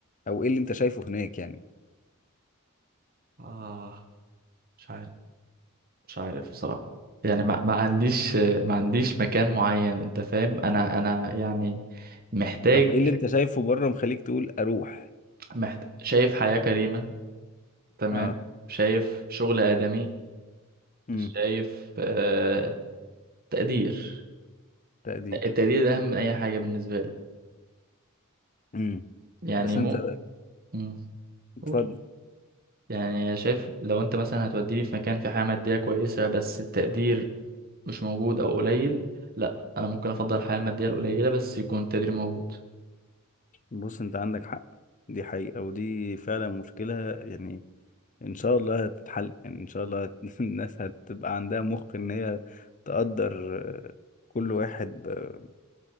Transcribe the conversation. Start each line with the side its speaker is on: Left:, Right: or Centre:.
Left: او ايه اللي انت شايفه هناك يعني
Right: اه مش عارف مش عارف بصراحة يعني ما, ما عنديش ما عنديش مكان معين انت فاهم انا انا يعني محتاج
Left: طب ايه اللي انت شايفه بره مخليك تقول اروح
Right: محت... شايف حياة كريمة تمام
Left: اه
Right: شايف شغل آدمي
Left: امم
Right: شايف آه... تقدير
Left: تقدير
Right: التقدير ده اهم من اي حاجة بالنسبة لي
Left: امم
Right: يعني
Left: بس
Right: مو
Left: انت
Right: مم،
Left: اتفضل
Right: قول يعني شايف لو انت مثلا هتوديني في مكان في حياة مادية كويسة بس التقدير مش موجود او قليل لا انا ممكن افضل الحياه الماديه القليله بس يكون التقدير موجود
Left: بص انت عندك حق دي حقيقة ودي فعلا مشكلة يعني ان شاء الله هتتحل يعني ان شاء الله هت- <laughs> الناس هتبقى عندها مخ ان هي تقدر آه، كل واحد ب...